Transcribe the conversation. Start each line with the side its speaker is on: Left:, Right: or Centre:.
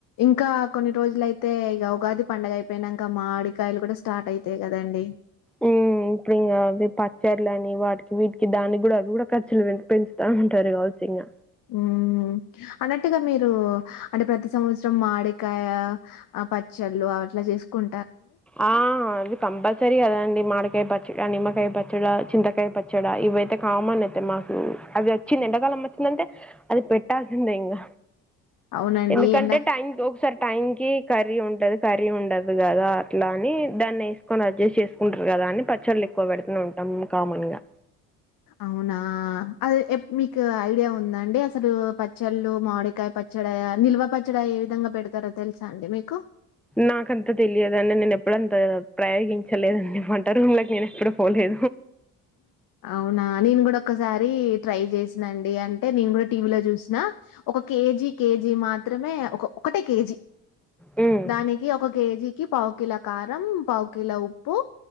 Left: ఇంకా కొన్ని రోజులయితే ఇగ ఉగాది పండగ అయిపోయినాన్ క మామిడికాయలు కూడా స్టార్ట్ అయితాయి కదండి
Centre: ఉమ్ ఉమ్ ఇప్పుడు ఇంకా అవి పచ్చర్లు అని వాటికి వీటికి దానికి కూడా అవి కూడా ఖర్చులు పెంచుతా ఉంటారు కావచ్చు ఇంగ
Left: ఉమ్ ఉమ్ అన్నట్టుగా మీరు అంటే ప్రతి సంవత్సరం మాడికాయ పచ్చళ్ళు ఆ అట్లా చేసుకుం
Centre: ఆ అది కంపల్సరి కదండి మాకాయ పచ్ చ్చిక నిమ్మకాయ పచ్చడ చింతకాయ పచ్చడ ఇవి అయితే కామన్ అయితే మాకు అవి వచ్చింది ఎండకాలం వచ్చింది అంతే అది పెట్టాల్సిందే ఇంగ
Left: అవునండి
Centre: ఎందుకంటే
Left: ఎండా
Centre: టైం కి ఒకసారి టైమ్ కి కర్రీ ఉంటది కర్రీ ఉండదు కదా అట్లా అని దాన్ని వేసుకొని అడ్జస్ట్ చేసుకుంటారు కదా అని పచ్చళ్ళు ఎక్కువ పెడుతూ ఉంటాం కామన్ గా
Left: అవునా అది ఎప్ మీకు ఐడియా ఉంద అండి అసలు పచ్చళ్ళు మామిడికాయ ప పచ్చడయ నిల్వ పచ్చడి ఏ విధంగా పెడతారో తెలుసా అండి మీకు
Centre: నాకంత తెలియదుండి నేను ఎప్పుడ అంత ప్రయోగించలేదండి వంట రూమ్ లోకి నేను ఎప్పుడు పోలేదు
Left: అవునా నేను కూడా ఒకసారి ట్రై చేసిన అండి అంటే నేను కూడా టీవీలో చూసిన ఒక కేజీ కేజీ మాత్రమే ఒక ఒకటే కేజీ
Centre: హ్మ్
Left: దానికి ఒక కేజీకి పావు కిలో కారం పావు కిలో ఉప్పు